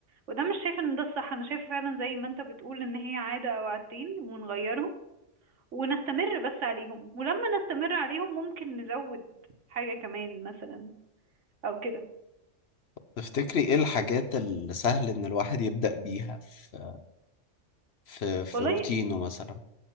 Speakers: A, on the right; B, on the left.
A: وده مش شايفة إن ده الصح أنا شايفة فعلا زي ما أنت بتقول إن هي عادة أو عادتين ونغيرهم ونستمر بس عليهم ولما نستمر عليهم ممكن نزود حاجة كمان مثلا او كده
B: تفتكري إيه الحاجات اللي سهل إن الواحد يبدأ بيها في في في
A: والله
B: روتينه مثلا؟